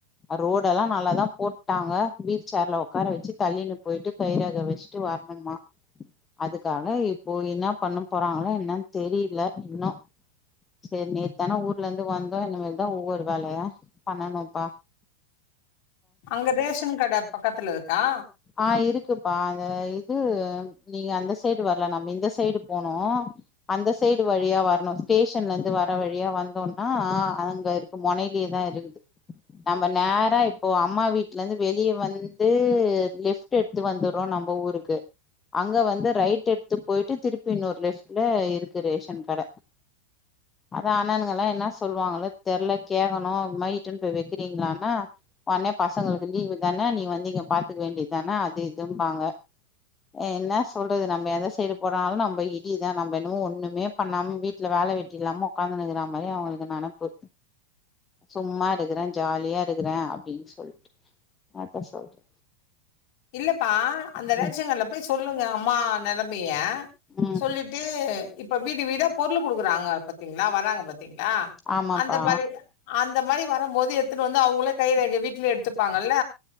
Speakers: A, on the left; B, on the left.
A: ரோடல்லா நல்லாதா போட்டாங்க வீல் சேர்ல ஒக்கார வச்சு தள்ளிட் போயிட்டு கைரேக வச்சுட்டு வரனுமா அதுக்காக இப்போ என்ன பண்ண போறாங்களோ என்னன் தெரியல இன்னும் செரி நேத்தானா ஊர்ல இருந்து வந்தோம் இனிமேல் தா ஒவ்வொரு வேலையா பண்ணனும்ப்பா
B: அங்க ரேஷன் கட பக்கத்துல இருக்கா
A: ஆ இருக்குப்பா அது இது நீங்க அந்த சைடு வர்ல நம்ம இந்த சைடு போனோ அந்த சைடு வழியா வரணு ஸ்டேஷன்ல இருந்து வர வழியா வந்தோன்னா அங்க இரு மொனையிலே தா இருக்குது நம்ப நேரா இப்போ அம்மா வீட்ல இருந்து வெளிய வந்து லிஃப் ட்டு எடுத்து வந்துறோ நம்ப ஊருக்கு அங்க வந்து ரைட் எடுத்து போயிட்டு திருப்பி இன்னொரு லெஃப்ட்ல இருக்கு ரேஷன் கட அதா அண்ணணுங்கயெல்லா என்ன சொல்லுவாங்களோ தெர்ல கேக்கணும் இதுமாரி இட்டுன் போய் வெக்கிறீங்ளாண்ணா ஒன்னே பசங்களுக்கு லீவு தான நீ வந்து இங்க பாத்துக்க வேண்டிது தான அது இதும்பாங்க அ இன்னா சொல்றது நம்ப எந்த சைடு போனாலும் நம்ப இடிதா நம்ப என்னமோ ஒண்ணுமே பண்ணாம வீட்ல வேல வெட்டி இல்லாம ஒக்காந்துன்னுருக்கற மாரி அவுங்ளுக்கு நெனப்பு சும்மா இருக்குறேன் ஜாலியா இருக்குறேன் அப்டின் சொல்ட்டு என்த்த சொல்த்து
B: இல்லப்பா அந்த
A: ம்
B: ரேஷன் கட்ல போய் சொல்லுங்க அம்மா நெலம் மிய
A: ம்
B: சொல்லிட்டு இப்ப வீடு வீடா பொருளு குடுக்குறாங்க பாத்தீங்ளா வராங்க பாத்தீங்ளா
A: ஆமாப்பா
B: அந்த மாதிரி அந்த மாரி வரும் போது எட்த்துன்னு வந்து அவுங்களே கை ரேகைய வீட்லயே எத்துப்பாங்கல்ல